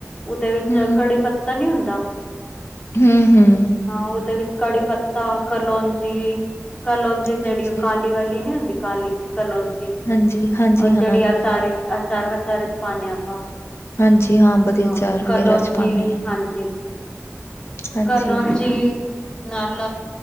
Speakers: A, on the left; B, on the left.
A: ਉਦੇ ਵਿੱਚ
B: ਹੂੰ
A: ਕੜੀ ਪੱਤ ਤਾ ਨੀ ਹੁੰਦਾ
B: ਹੁੰ, ਹੁੰ।
A: ਹਾਂ ਔਦੇ ਵਿੱਚ ਕੜੀ ਪੱਤਾ ਕਰਲੋਂਜੀ ਕਲੋਂਜੀ ਜਿਹੜੀ
B: ਹਾਂਜੀ
A: ਲੀ ਵਾਲੀ ਨੀ ਹੁੰਦੀ ਕਾਲੀ ਕਲੋਂਜੀ
B: ਹਾਂਜੀ, ਹਾਂਜੀ
A: ਔ
B: ਹਾਂ,
A: ਜੇੜੀ ਆਚਾਰ ਇਚ ਅਚਾਰ- ਵਚਾਰ ਚ ਪਾਨੇ ਆਪਾਂ
B: ਹਾਂਜੀ ਵਧੀਆ
A: ਹਾਂ
B: ਅਚਾਰ
A: ਕਲੋਂਜੀ,
B: ਵਗੈਰਾ ਚ ਪਾਨੇ ਆ।
A: ਹਾਂਜੀ।
B: ਹਾਂਜੀ,
A: ਕਲੌਂਜੀ ਨਾਲ